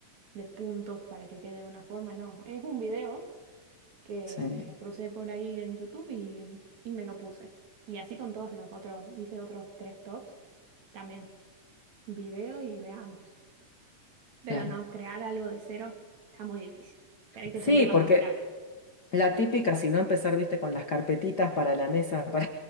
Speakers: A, on the right; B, on the left.
A: de puntos para que quede de una forma, no, es un video que
B: sí,
A: me crucé por ahí en YouTube y, y me lo puse. Y así con todos los otros, hice otros tres tops, también video y veamos. Pero
B: claro.
A: no, crear algo de cero está muy difícil. Tenés que
B: Sí,
A: tenerla
B: porque
A: muy clara.
B: la típica, si no empezar, viste, con las carpetitas para la mesa, <laughs> para